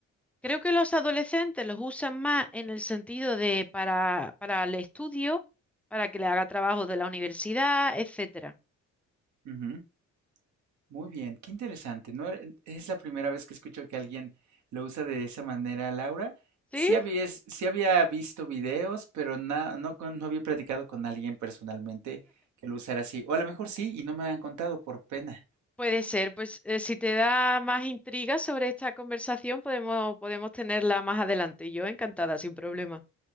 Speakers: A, in the centre; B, on the right.
A: Creo que los adolescentes los usan más en el sentido de para, para el estudio, para que le haga trabajo de la universidad, etcétera.
B: Ujú. Muy bien, qué interesante, ¿no? era- Es la primera vez que escucho que alguien lo usa de esa manera, Laura.
A: Sí,
B: Sí había, sí había visto videos, pero na- no, con- no había platicado con alguien personalmente que lo usara así. O a lo mejor sí, y no me habían contado por pena.
A: Puede ser, pues eh, si te da más intriga sobre esta conversación, podemos, podemos tenerla más adelante. Yo encantada, sin problema.